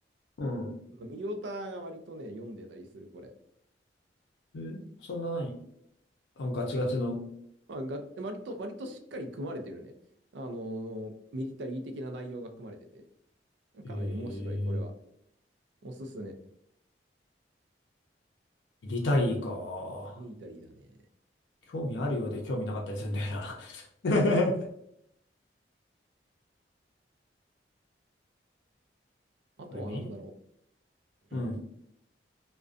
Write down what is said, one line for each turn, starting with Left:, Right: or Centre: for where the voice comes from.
Left: うん。
Right: う、ミリオタが割とね、読んでたりする、これ。
Left: え、そんな何あ、ガチガチの。
Right: まあ、が、割と、割としっかり組まれてるね。あのーミリタリー的な内容が組まれてて、かなり面白い、
Left: へえ
Right: これは。おすすめ。
Left: ミリタリーか。
Right: ミリタリーだね。
Left: 興味あるようで興味なかったりするんだよな。<laughs>
Right: あとは何だろ
Left: これミリタリー
Right: う。
Left: うん。
Right: うん。